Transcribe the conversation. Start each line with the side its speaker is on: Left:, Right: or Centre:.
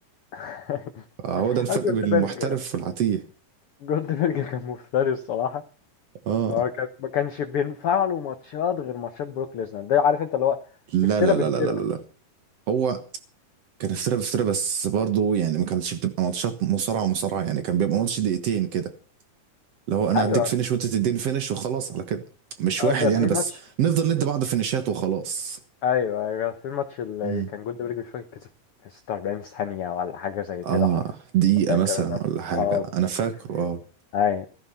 Left: <laughs>
Right: هو ده الفرق
Left: آه، جولدبرج
Right: بين المحترف والعتيه
Left: جولدبرج كان مفتري الصراحة
Right: اه
Left: هو كان ما كانش بينفع له ماتشات غير ماتشات بروك ليزنر ده عارف انت اللي هو
Right: لا
Left: افترى
Right: لا
Left: بافترى
Right: لا لا لا لا لا. هو كان افتراء افتراء بس برضه يعني ما كانتش بتبقى ماتشات مصارعه مصارعه يعني كان بيبقى ماتش دقيقتين كده لو انا
Left: ايوه
Right: هديك فينش وانت تديني فينش وخلاص على كده مش
Left: اه
Right: واحد
Left: ده
Right: يعني
Left: في
Right: بس
Left: ماتش
Right: نفضل ندي بعض فينشات وخلاص
Left: ايوه ايوه في ماتش اللي
Right: امم
Left: كان جولد بريك مش فاكر كسب في 46 ثانية ولا حاجة زي كده
Right: اه
Left: حرفيا
Right: دقيقة
Left: فاكر
Right: مثلا
Left: الماتش
Right: ولا حاجة
Left: اه بالظبط.
Right: انا فاكره اه
Left: ايوه